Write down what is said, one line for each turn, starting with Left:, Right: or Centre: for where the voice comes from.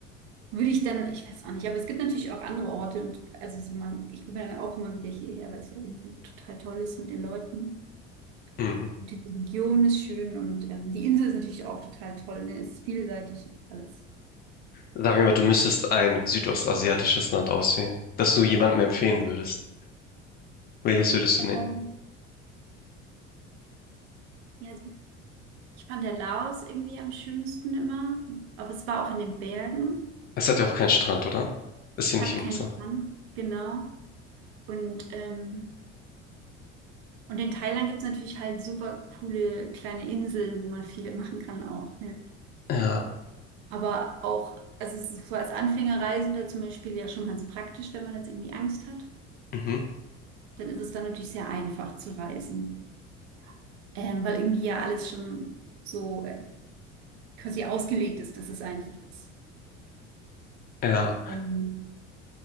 Right: würde ich dann, ich weiß auch nicht, aber es gibt natürlich auch andere Orte und also so man, ich komme dann auch immer wieder hierher, weil es ja irgendwie total toll ist mit den Leuten.
Left: Mhm.
Right: Und Die Region ist schön und ähm, die Insel ist natürlich auch total toll. Ne? Es ist vielseitig alles.
Left: Sagen wir mal, du müsstest ein südostasiatisches Land auswählen, das du jemandem empfehlen würdest. Welches würdest
Right: Ähm,
Left: du nehmen?
Right: ja, also ich fand der Laos irgendwie am schönsten immer, aber es war auch in den Bergen,
Left: Es hat ja auch keinen Strand, oder? Ist hier
Right: hat
Left: nicht im
Right: keinen
Left: Wasser.
Right: Strand, genau. Und, ähm, und in Thailand gibt es natürlich halt super coole kleine Inseln, wo man viel machen kann auch. Ne?
Left: Ja,
Right: Aber auch, also es ist so als Anfängerreisender zum Beispiel ja schon ganz praktisch, wenn man jetzt irgendwie Angst hat,
Left: mhm.
Right: dann ist es dann natürlich sehr einfach zu reisen. ähm, weil irgendwie ja alles schon so äh, quasi ausgelegt ist, dass es einfach ist.
Left: Ja,
Right: Und